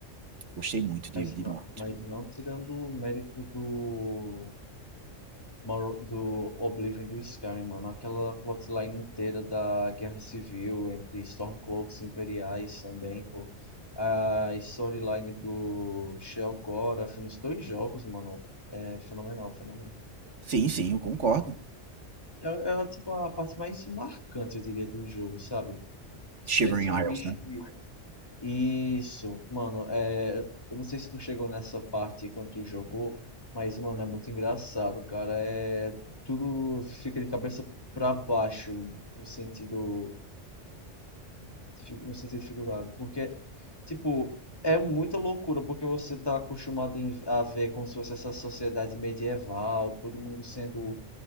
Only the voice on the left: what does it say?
Mas
não,
mas não tirando o mérito do, Mor- do Oblivion e do Skyrim, mano. Aquela plotline inteira da Guerra Civil entre Stormcloaks e Imperiais também, pô. A storyline do Shel'Gorath nos dois jogos, mano, é fenomenal, fenomenal.
É, é, é, tipo a parte mais marcante, eu diria, do jogo, sabe? Especialmente
Isso, mano, é, eu não sei se tu chegou nessa parte quando tu jogou, mas, mano, é muito engraçado, cara. É, tudo fica de cabeça pra baixo, no sentido, fi- no sentido figurado. Porque, tipo, é muita loucura, porque você tá acostumado em- a ver como se fosse essa sociedade medieval, todo mundo sendo